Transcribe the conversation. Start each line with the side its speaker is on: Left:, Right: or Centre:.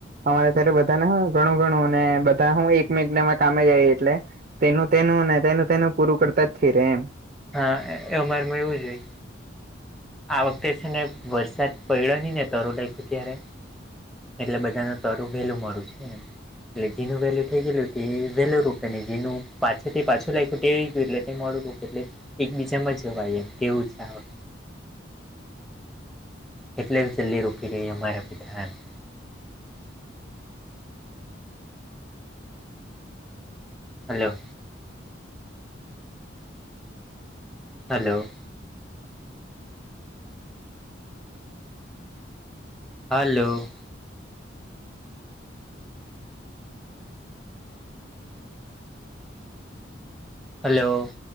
Right: અમારે ત્યારે
Centre: એવું
Right: બધાને હ ઘણું ઘણું ને બધા હું એકમેક નામાં કામે જાય એટલે તેનું તેનું ન તેનું તેનું પૂરું કરતા જ ફિ રેમ
Centre: હા એ અમારેમાં એવું જાય આ વખતે છે ને વરસાદ પડ્યો નહી ને તરું લખ્યું ત્યારે એટલે બધાનું તરું વેરૂ મરૂ છે એમ. એટલે જીનું વેલું થઈ ગયું એ વેલુ રૂપે ને જીનું પાછ થી પાછું નાયખ્યું તે આઈ ગ્યું એટલે મળું તો એટલે એકબીજામાં જવાય એમ તેવું આ વ એટલે બ જલ્દી રોકી રિએ અમારા બિધાન હલો. હલો. હલો. હલો.